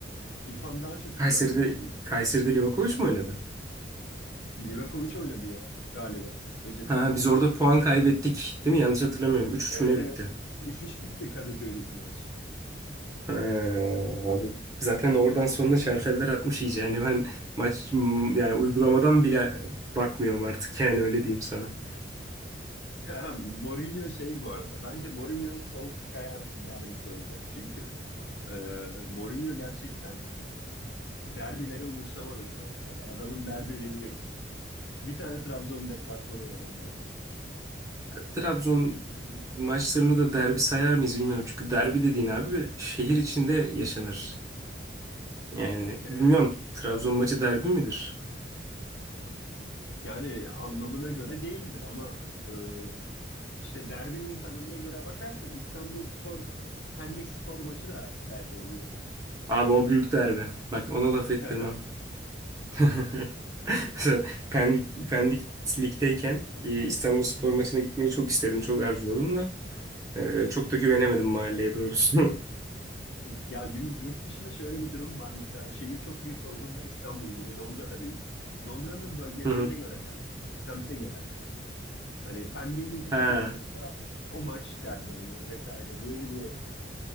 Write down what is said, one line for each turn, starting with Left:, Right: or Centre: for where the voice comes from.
Left: İrfan daha çok
Right: Kayseri'de
Left: güven veriyor bana.
Right: Kayseri'de Livakovic mi oynadı?
Left: Livakovic oynadı ya galiba. Özetini
Right: Ha,
Left: izlemiştim.
Right: biz orada puan kaybettik değil mi? Yanlış hatırlamıyorum. üç
Left: Evet
Right: üç mü ne
Left: evet.
Right: bitti?
Left: 3-3 bitti Kadıköy'deki maç.
Right: Ha, abi zaten oradan sonra şarteller atmış iyice. Yani ben maç m, yani uygulamadan bile bakmıyorum artık <laughs> yani öyle diyeyim sana.
Left: <laughs> Mourinho şey bu arada. Bence Mourinho Solskjaer derbisi olacak. Çünkü ee, Mourinho gerçekten derbileri umursamadı şu ana kadar. Adamın derbi win'i yok. Bir tane Trabzon deplasmanı var o kadar.
Right: Trabzon
Left: Bu sıkıntı.
Right: maçlarını da derbi sayar mıyız bilmiyorum. Çünkü derbi dediğin abi şehir içinde yaşanır. Yani
Left: Evet.
Right: bilmiyorum Trabzon maçı derbi midir?
Left: Yani anlamına göre değildir ama e, işte derbinin tanımına göre bakarsan İstanbulspor Pendikspor maçı da derbi oluyor.
Right: Abi o büyük derbi. Bak ona laf ettirmem.
Left: <laughs>
Right: <laughs> <laughs> Pendik, Pendik'teyken e, İstanbulspor maçına gitmeyi çok istedim, çok arzuladım da e, çok da güvenemedim mahalleye doğrusu. <laughs>
Left: Ya yu- yurt dışında şöyle bir durum var. Mesela şehir çok büyük olduğunda İstanbul gibi Londra'da büyük. Londra'nın bölgelerine
Right: Hı hı.
Left: göre derbi oluyor. Semte göre. Hani Pendik'in iki
Right: Ha,
Left: takımı olsa o maç derbi oluyor vesaire diye biliyorum.